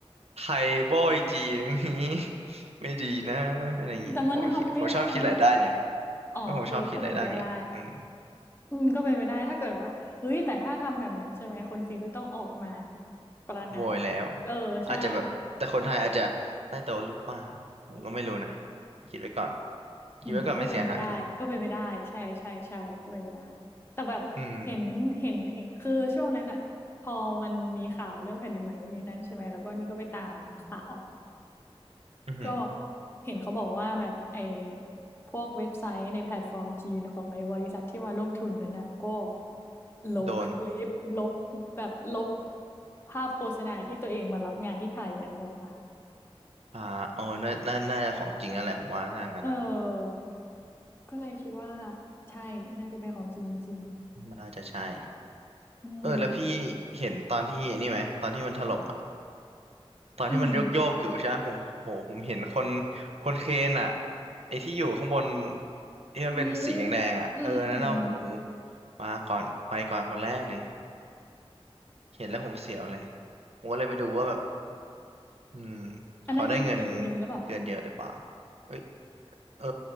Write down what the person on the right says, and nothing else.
ไทยโบอยจีน <laughs> อย่างงี้ <laughs> ไม่ดีนะอะไรอย่างงี้ผมคิดผมชอบคิดหลายด้านไง
เพราะผมชอบคิดหลายด้านไงอืม
โวยแล้วอาจจะแบบแต่คนไทยอาจจะใต้โต๊ะหรือเปล่า ผมก็ไม่รู้นะ คิดไว้ก่อนคิดไว้ก่อนไม่เสียหายนี่
อืมอือหือ
โดน
อ่าอ๋อน่าน่าน่าจะของจริงแล้วผมว่าถ้างั้นอ่ะ
น่าจะใช่
เออแล้วพี่เห็นตอนที่นี่ไหมตอนที่มันถล่มอ่ะตอนที่มันโยกโยกอยู่ใช่ไหมผมโหผมเห็นคน
คนเครนอ่ะไอ้ที่อยู่ข้างบนที่มันเป็นสีแดงๆอ่ะเออนั่นน่ะหู
มาก่อนไปก่อนคนแรกเลยเห็นแล้วผมเสียวเลยผมก็เลยไปดูว่าแบบอืม
เขาได้เงินเดือนเยอะหรือเปล่าเอ้ยเออ